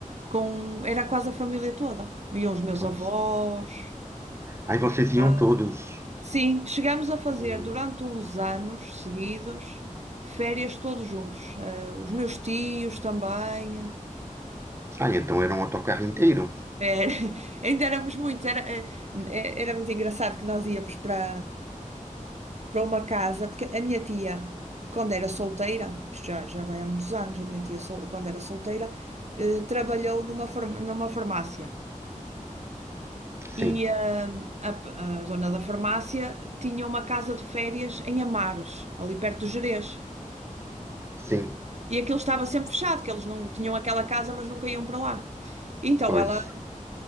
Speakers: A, on the right; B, on the right.
A: com, era quase a família toda. Iam os meus
B: pois.
A: avós,
B: Ai,
A: os meus
B: vocês iam
A: pais.
B: todos.
A: Sim, chegámos a fazer
B: Hum.
A: durante uns anos seguidos férias todos juntos. Eh, os meus tios também.
B: Ah, então era um autocarro inteiro?
A: Era- <laughs> ainda éramos muitos. Era, eh, eh, era muito engraçado que nós íamos para, para uma casa, porque a minha tia, quando era solteira, isto já, já vai há muitos anos, a minha tia, sol- quando era solteira, eh, trabalhou numa, farm- numa farmácia.
B: Sim,
A: E eh, a, a dona da farmácia tinha uma casa de férias em Amares, ali perto do Gerês.
B: sim,
A: E aquilo estava sempre fechado, que eles não tinham aquela casa, mas nunca iam para lá. Então
B: pois,
A: ela,